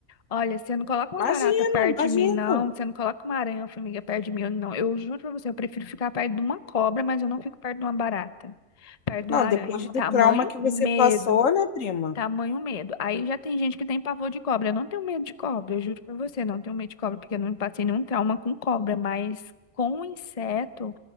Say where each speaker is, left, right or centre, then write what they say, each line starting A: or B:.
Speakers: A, on the left; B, on the left.
A: Olha, você não coloca uma
B: Imagina,
A: barata perto
B: imagina.
A: de mim, não. Você não coloca uma aranha ou formiga perto de mim, não. Eu juro pra você, eu prefiro ficar perto de uma cobra, mas eu não fico perto de uma barata. Perto de
B: Não,
A: uma aranha,
B: depois
A: de
B: do
A: tamanho
B: trauma que
A: medo.
B: você passou, né, prima?
A: Tamanho medo. Aí já tem gente que tem pavor de cobra. Eu não tenho medo de cobra, eu juro pra você, não tenho medo de cobra, porque eu não passei nenhum trauma com cobra, mas com inseto,